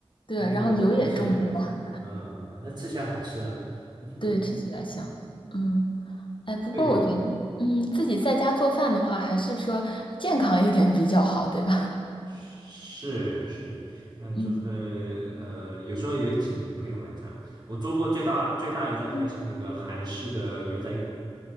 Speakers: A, on the left; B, on the right.
A: 对，
B: 但那个吃起来就好吃。
A: 然后油也重，对吧？
B: 嗯嗯，那吃起来好吃啊。<laughs>
A: 对，吃起来香。嗯，哎，不过我觉得，
B: 对，
A: 嗯，自己在家做饭的话，还是说健康一点比较好，对吧？
B: 是是，
A: <laughs>
B: 现在做饭，
A: 嗯
B: 呃，有时候也请朋友来家。我做过最大最大一道菜是那个韩式的牛仔骨，
A: 嗯，